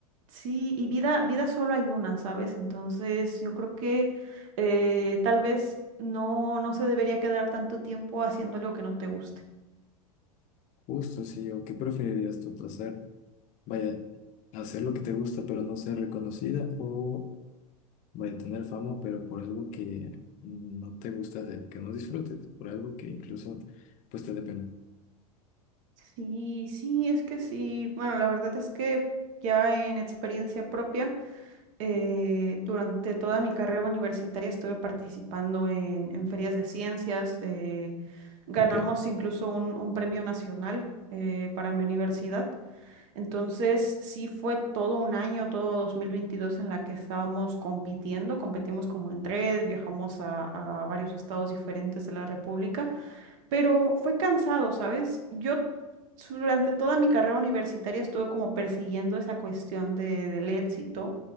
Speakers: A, on the right (about 55°); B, on the left (about 40°).
A: sí, y vida, vida solo hay una, ¿sabes? Entonces yo creo que eh, tal vez no, no se debería quedar tanto tiempo haciendo algo que no te guste.
B: Justo, sí, o qué preferirías tú pasar, vaya, hacer lo que te gusta pero no ser reconocida o vaya tener fama pero por algo que no te gusta hacer, que no disfrutes, por algo que incluso pues te dé pena.
A: Sí, sí, es que sí. Bueno, la verdad es que ya en experiencia propia. Eh, durante toda mi carrera universitaria estuve participando en, en ferias de ciencias. eh, ganamos
B: Ok,
A: incluso un, un premio nacional eh, para mi universidad. Entonces, sí fue todo un año, todo 2022 en la que estábamos compitiendo. Competimos como en red, viajamos a, a varios estados diferentes de la República pero fue cansado, ¿sabes? Yo durante toda mi carrera universitaria estuve como persiguiendo esa cuestión de, del éxito